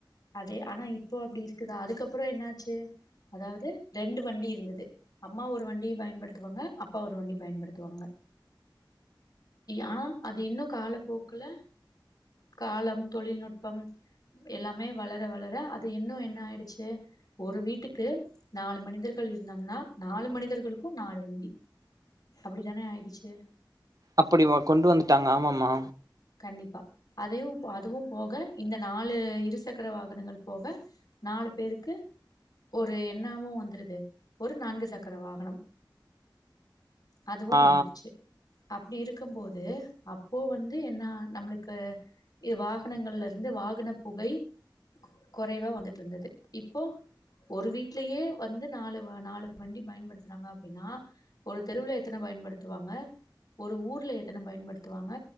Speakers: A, on the left; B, on the right.
A: அதே ஆனா இப்போ அப்டி இருக்குதா அதுக்கப்புறோ என்னாச்சு அதாவது ரெண்டு வண்டி இருந்தது அம்மா ஒரு வண்டி பயன்படுத்துவாங்க அப்பா ஒரு வண்டி பயன்படுத்துவாங்க ஆனா அது இன்னு காலப்போக்குல காலம் தொழில்நுட்பம் எல்லாமே வளர வளர அது இன்னு என்ன ஆயிடுச்சு ஒரு வீட்டுக்கு நாலு மனிதர்கள் இருந்தாங்னா நாலு மனிதர்களுக்கு நாலு வண்டி அப்படித்தானே ஆயிடுச்சு
B: அப்படி கொண்டு வந்துட்டாங்க ஆமாமா
A: கண்டிப்பா அதையு அதுவு போக இந்த நாலு இரு சக்கர வாகனங்கள் போக நாலு பேருக்கு ஒரு என்னாம வந்துருது ஒரு நான்கு சக்கர வாகனம் அதுவு
B: ஆ
A: வந்துருச்சு அப்டி இருக்கு போது அப்போ வந்த் என்ன நம்மளுக்கு இ வாகனங்கள்ல இருந்து வாகன புகை கொறைவா வந்துட்டு இருந்தது இப்போ ஒரு வீட்லயே வந்து நாலு வ நாலு வண்டி பயன்படுத்துறாங்க அப்படின்னா ஒரு தெருவுல எத்தன பயன்படுத்துவாங்க ஒரு ஊர்ல எத்தன பயன்படுத்துவாங்க